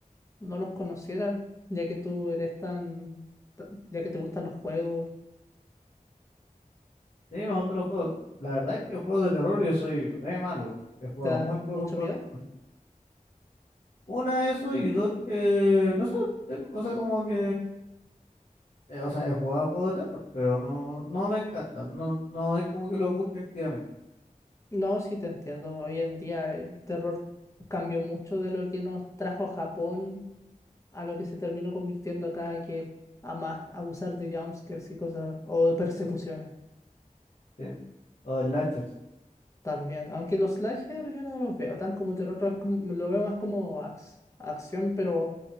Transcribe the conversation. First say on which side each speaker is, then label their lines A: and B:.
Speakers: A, on the left (about 20°); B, on the left (about 65°).
A: no los conociera, ya que tú eres tan, tan- ya que te gustan los juegos,
B: Sí, me gustan los juegos. La verdad es que juegos de terror yo soy re malo. He jugado
A: ¿te da
B: muy
A: mucho
B: pocos juegos.
A: miedo?
B: de terror. Una, eso, y dos, que no sé, sí, o sea, como que. eh, o sea, he jugado juegos de terror, pero no, no me encantan. No, no es como que los busque activamente.
A: No, sí te entiendo. Hoy en día el terror cambió mucho de lo que nos trajo a Japón a lo que se terminó convirtiendo acá, que es a más abusar de jumpscares y cosas, o de persecuciones
B: sí. O el Latcher.
A: también. Aunque los slasher yo no los veo tan como terror, es como- lo veo más como ax- acción, pero